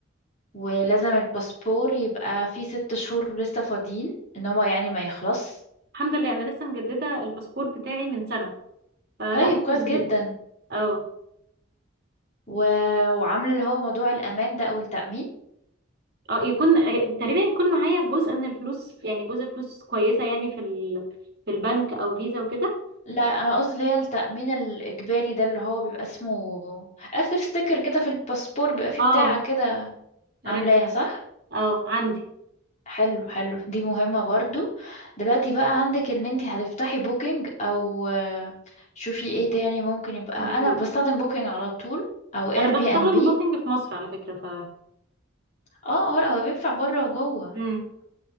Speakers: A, on the left; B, on the right.
A: ولازم الباسبور يبقى فيه ست شهور لسه فاضيين ان هو يعني ما يخلص
B: الحمد لله انا لسه مجدده الباسبور بتاعي من سنه آه
A: طيب
B: لا لسه
A: كويس
B: جديده
A: جدا
B: اه
A: و... وعاملة اللي هو موضوع الامان ده او التأمين
B: اه يكون آه، تقريبا يكون معايا جزء من الفلوس يعني جزء فلوس كويسه يعني في ال... في البنك او فيزا وكده
A: لا انا قصدي اللي هي التأمين الاجباري ده اللي هو بيبقى اسمه اخر ستيكر كده في الباسبور بيبقى فيه
B: اه
A: بتاع كده
B: عرفت
A: عاملاها صح
B: اه عندي
A: حلو حلو دي مهمة برضو دلوقتي بقى عندك ان انتي هتفتحي بوكينج او آه، شوفي ايه تاني ممكن يبقى
B: في-
A: انا بستخدم بوكينج على طول او اير
B: انا
A: بي
B: بستخدم
A: ان بي
B: بوكينج في مصر على فكره ف
A: اه اه هو بينفع بره وجوه
B: مم.